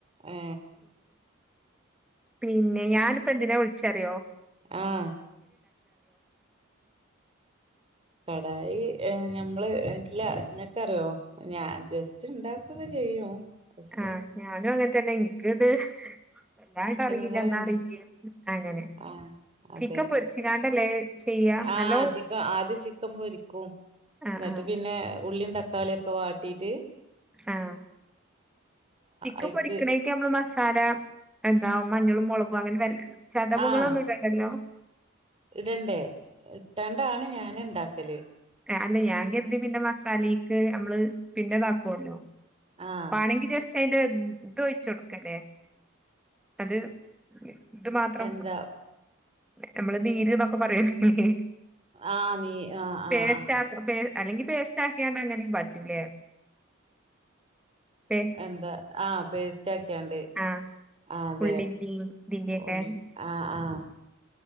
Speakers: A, on the right; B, in the centre.
A: ഏ
B: പിൻ ല്ല അറിയോ
A: ആഹ് കടായി ഞമ്മള് ഇല്ല ക്ക അറിയോ ഞാ ജസ്റ്റ് ഉണ്ടാക്ക ചെയ്യും പക്ഷെ
B: ആ ഞാനും അങ്ങൻ തന്നെ ഇൻക്ക്ത് വെല്ലായിട്ട് അറിയില്ല
A: ഇങ്ങള്
B: ന്നാ
A: ഇണ്ട
B: അറി ചെയ്യും അങ്ങനെ
A: ആഹ് അതെ
B: ചിക്കൻ പൊരിച്ച്കാണ്ടല്ലേ ചെയ്യാ
A: ആഹ്
B: നല്ലോ
A: ചിക്ക ആദ്യ ചിക്കൻ പൊരിക്കും
B: ആഹ്
A: ന്നിട്ട്
B: ആഹ്
A: പിന്നെ ഉള്ളിയും തക്കാളി ഒക്കെ വാട്ടീട്ട്
B: ആഹ് ചിക്ക
A: അയ്ക്ക്
B: പൊരിക്കണേക് നമ്മള് മ സാര എന്താ മഞ്ഞളും മുളകും അങ്ങനെ വല്ല ചതവുകളൊന്നും
A: ആഹ്
B: ഇടണ്ടല്ലോ
A: ഇടണ്ടേ ഇട്ടാണ്ടാണ് ഞൻ ണ്ടാക്കല്
B: അല്ല ഞാൻ കരുതി പിന്നെ മസാലയൊക്കെ നമ്മള് പിന്നെതാക്കുവല്ലോ
A: ആഹ്
B: പാണങ്കി ജസ് അയിന്റെ ധോയിച് ടുക്കല്ലേ അത് ത് മാത്രം
A: എന്താ
B: നമ്മള് നീര് ന്നൊക്കെ പറയുന്ന
A: ആഹ് നീ ആഹ് ആഹ്
B: പേസ്റ്റാത്രം
A: ആഹ്
B: പേസ് അല്ലെങ്കി പേസ്റ്റ ആാക്കിയണ്ട് അങ്ങനെയും പറ്റൂലേ പേ
A: എന്താ ആഹ് പേസ്റ്റാക്ക്യാണ്ട്
B: ആഹ്
A: ആഹ് അതെ
B: ഉള്ളിന്റെയും ഇതിന്റെയൊക്കെ
A: ഓ ആ ആ